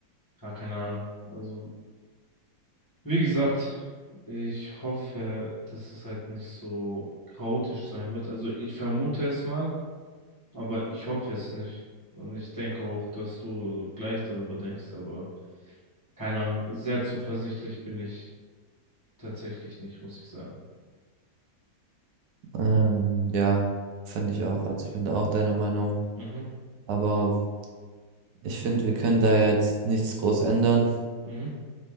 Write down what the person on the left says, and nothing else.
Ja, keine Ahnung. Also, wie gesagt, ich hoffe, dass es halt nicht so chaotisch sein wird. Also, ich vermute es mal, aber ich hoffe es nicht. Und ich denke auch, dass du so gleich darüber denkst, aber keine Ahnung, sehr zuversichtlich bin ich tatsächlich nicht, muss ich sagen.
Mhm,
mhm,